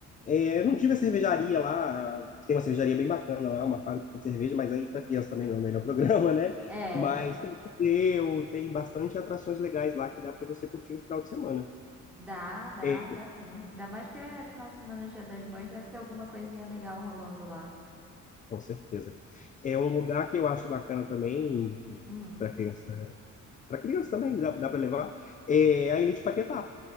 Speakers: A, on the left (about 25°); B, in the centre.
A: É, não tive a cervejaria lá, tem uma cervejaria bem bacana lá, uma fábrica de cerveja, mas aí para criança também não é o melhor <laughs> programa, né?
B: É,
A: Mas tem museu, tem bastante atrações legais lá que dá para você curtir no final de semana.
B: dá, dá,
A: É,
B: dá sim. Ainda mais que é final de semana, Dia das Mães, deve ter alguma coisinha legal rolando lá.
A: com certeza. É um lugar que eu acho bacana também
B: Hum.
A: para criança. Para criança também, dá, dá para levar. É a Ilha de Paquetá.